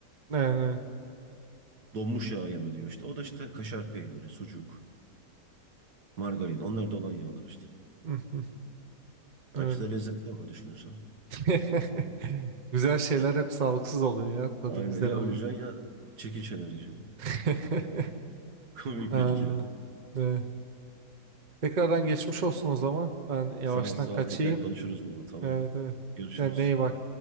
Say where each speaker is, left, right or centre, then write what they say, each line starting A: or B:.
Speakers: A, on the right (about 30°); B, on the right (about 65°).
A: ne ne.
B: Donmuş yağ yeme diyor işte. O da işte kaşar peyniri, sucuk, margarin. Onlar da olan yağlar işte.
A: Hı hı.
B: Ya
A: Öyle.
B: Hepsi de lezzetli ama düşünürsen.
A: <laughs> Güzel şeyler hep sağlıksız oluyor ya tadı
B: Aynen
A: güzel
B: ya
A: olan.
B: öleceksin ya çirkin şeyler yiyeceksin.
A: <laughs>
B: <laughs> Komik
A: Aa,
B: bir ikilem.
A: evet. Tekrardan geçmiş olsun o zaman. Ben yavaştan
B: Sağ ol sağ
A: kaçayım.
B: ol. Tekrar konuşuruz bunu tamam.
A: Evet evet.
B: Görüşürüz.
A: Yani neye bak